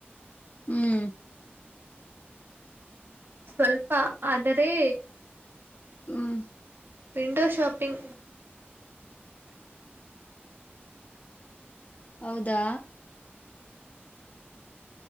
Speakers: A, on the left; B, on the right.
A: ಹ್ಮ್.
B: ಸ್ವಲ್ಪ ಆದರೆ.
A: ಹ್ಮ್.
B: Window shoppings.
A: ಹೌದಾ.